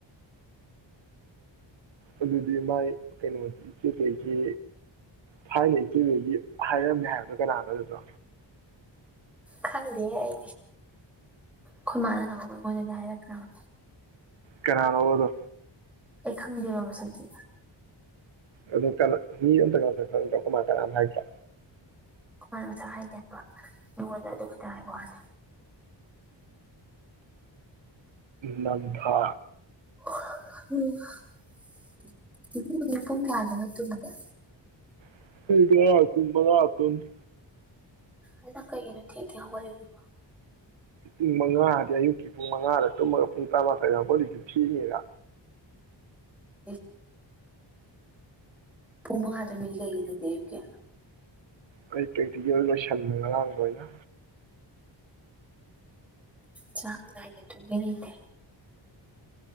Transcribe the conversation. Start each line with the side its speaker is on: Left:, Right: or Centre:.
Right: ꯎ ꯃ ꯀꯩꯅ ꯑꯦꯇꯨ ꯀꯩꯒꯤ ꯐꯥꯏꯅ ꯑꯩ ꯇꯨꯩꯒꯤ ꯍꯥꯏꯔꯝꯃꯦ ꯍꯥꯏꯕꯗꯣ ꯀꯅꯥꯅꯣ ꯑꯗꯨꯗꯣ
Centre: ꯈꯪꯗꯦ ꯑꯩ ꯈꯣꯏꯃꯥꯟꯅꯅꯕꯕ ꯑꯩꯉꯣꯟꯗꯗꯤ ꯍꯥꯏꯔꯛꯇ꯭ꯔꯕ
Right: ꯀꯅꯥꯅꯣꯕꯥ ꯑꯗꯣ
Centre: ꯑꯩ ꯈꯪꯗꯦꯕꯥ ꯃꯁꯛꯇꯤ
Right: ꯑꯗꯨꯗ ꯀ ꯃꯤꯗ ꯑꯈꯣꯏ ꯃꯥ ꯀꯦꯝ ꯍꯥꯏꯔꯛꯇꯦ
Centre: ꯑꯩꯈꯣꯏ ꯃꯥꯅ ꯃꯁꯛ ꯍꯥꯏꯩꯗꯕ ꯑꯩꯉꯣꯟꯗ ꯑꯗꯨ ꯈꯇꯪ ꯍꯥꯏꯕꯥ ꯋꯥꯅꯤ
Right: ꯂꯟꯊꯥ
Centre: <unintelligible> ꯄꯨꯡ ꯀꯌꯗꯅꯣ ꯇꯨꯝꯕꯗꯣ
Right: <unintelligible> ꯄꯨꯡ ꯃꯪꯉꯥ ꯇꯨꯝꯃꯤ
Centre: ꯑꯗꯨ ꯅꯪ ꯀꯩꯒꯤꯅꯣ ꯊꯦꯡ ꯊꯦ ꯍꯧꯒꯠꯂꯕꯣ
Right: ꯄꯨꯡ ꯃꯉꯥ ꯍꯥꯏꯗꯤ ꯑꯌꯨꯛꯀꯤ ꯄꯨꯡ ꯃꯉꯥꯗ ꯇꯨꯝꯃꯒ ꯄꯨꯡ ꯇꯔꯥꯃꯥꯊꯣꯏꯗ ꯑꯩꯈꯣꯏꯂꯤꯁꯨ ꯊꯤꯉꯦꯒ
Centre: <unintelligible> ꯄꯨꯡ ꯃꯉꯥꯗ <unintelligible> ꯑꯗꯨꯗꯤ ꯑꯌꯨꯛꯀꯤ
Right: ꯀꯩ ꯀꯩ ꯂꯣꯏꯅ ꯁꯟꯕꯅꯦ ꯉꯥꯔꯥꯡ ꯂꯣꯏꯅ
Centre: ꯆꯥꯡ ꯅꯥꯏꯅ ꯇꯨꯝꯒꯦ ꯂꯩꯇꯦ